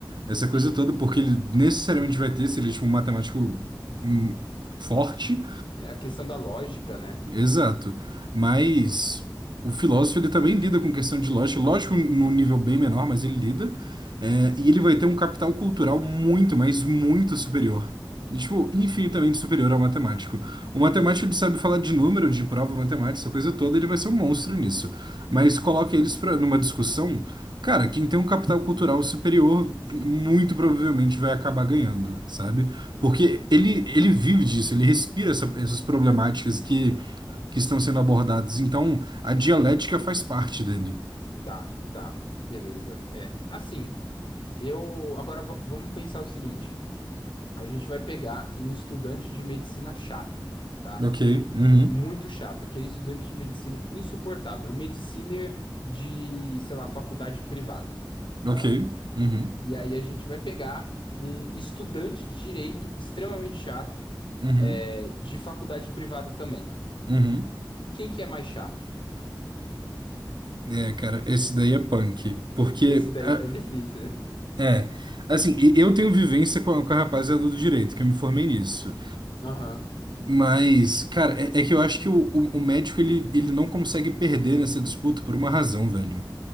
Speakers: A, on the right; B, on the left.
A: essa
B: Sim.
A: coisa toda, porque ele necessariamente vai ter, se ele é tipo, um matemático hum, forte,
B: É a questão da lógica, né?
A: Exato. Mas o filósofo ele também lida com questão de lógica, lógico, num nível bem menor, mas ele lida. É, e ele vai ter um capital cultural muito, mas muito superior. E, Tipo, infinitamente superior ao matemático. O matemático
B: Entendi, entendi.
A: ele sabe falar de número, de prova matemática, essa coisa toda, ele vai ser um monstro nisso. Mas coloca eles pra, numa discussão, cara, quem tem um capital cultural superior muito provavelmente vai acabar ganhando, sabe? Porque ele, ele vive disso, ele respira essa- essas problemáticas que que estão sendo abordados. Então,
B: Entendi.
A: a dialética faz parte dele.
B: Tá, tá. Beleza. É. Assim, eu. Agora va- vamos pensar o seguinte: a gente vai pegar um estudante de medicina chato, tá?
A: Ok, uhum,
B: Muito chato. Aquele estudante de medicina insuportável. Mediciner de, sei lá, faculdade privada,
A: ok,
B: tá?
A: uhum,
B: E aí a gente vai pegar um estudante de direito extremamente chato,
A: uhum,
B: é, de faculdade privada também.
A: uhum.
B: Quem que é mais chato? <laughs>
A: É, cara, esse daí é punk. Porque,
B: Esse daí
A: ah,
B: tá difícil, né?
A: é, assim, e- eu tenho vivência com a, com a rapaziada do direito, que eu me formei nisso.
B: Aham.
A: Mas, cara, é, é que eu acho que o, o, o médico, ele, ele não consegue perder nessa disputa por uma razão, velho.